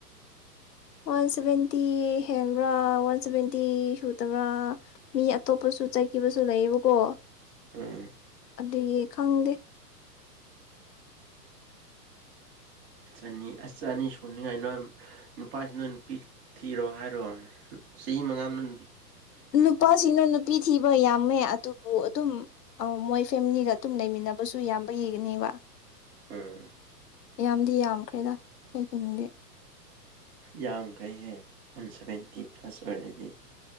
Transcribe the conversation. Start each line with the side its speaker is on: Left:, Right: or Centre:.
Left: ꯋꯥꯟ ꯁꯚꯦꯟꯇꯤ ꯍꯦꯟꯕ꯭ꯔꯥ ꯋꯥꯟ ꯁꯚꯦꯟꯇꯤ ꯁꯨꯗꯕ꯭ꯔꯥ ꯃꯤ ꯑꯇꯣꯞꯄꯁꯨ ꯆꯠꯈꯤꯕꯁꯨ ꯂꯩꯌꯦꯕꯀꯣ
Right: ꯑꯝ
Left: ꯑꯗꯨꯒꯤ ꯈꯪꯗꯦ
Right: ꯆꯅꯤ ꯑꯁ ꯆꯅꯤ ꯁꯨꯅꯤꯡꯉꯥꯏ ꯅꯣꯏ ꯅꯨꯄꯥꯁꯤꯅ ꯅꯨꯄꯤ ꯊꯤꯔꯣ ꯍꯥꯏꯔꯣ ꯆꯍꯤ ꯃꯉꯥ ꯑꯃꯅ
Left: ꯅꯨꯄꯥꯁꯤꯅ ꯅꯨꯄꯤ ꯊꯤꯕ ꯌꯥꯝ ꯆꯪꯃꯦ ꯑꯗꯨꯕꯨ ꯑꯗꯨꯝ ꯃꯣꯏ ꯐꯦꯃꯤꯂꯤꯒ ꯑꯗꯨꯝ ꯂꯩꯃꯤꯟꯅꯕꯁꯨ ꯌꯥꯝꯕ ꯌꯦꯒꯅꯦꯕ
Right: ꯎꯝ
Left: ꯌꯥꯝꯌꯥꯝꯗꯤ ꯌꯥꯝꯈ꯭ꯔꯦꯗ ꯀꯩ ꯀꯨꯝꯒꯤ
Right: ꯌꯥꯝꯡꯈ꯭ꯔꯦꯍꯦ ꯋꯥꯟ ꯁꯚꯦꯟꯇꯤ ꯄ꯭ꯂꯁ ꯑꯣꯏꯔꯦꯗꯤ